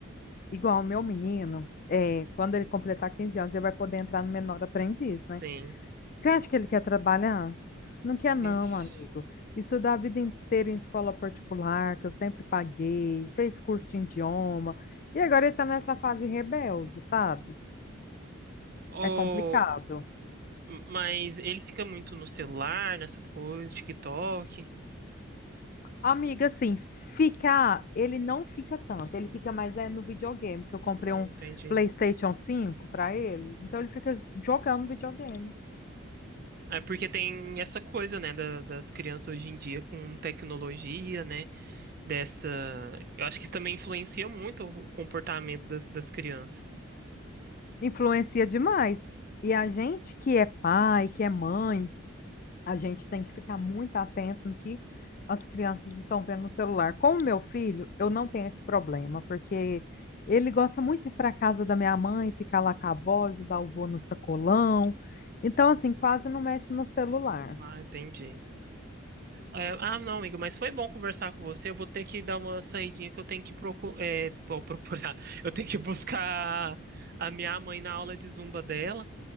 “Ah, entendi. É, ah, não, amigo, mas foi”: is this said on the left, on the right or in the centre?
Right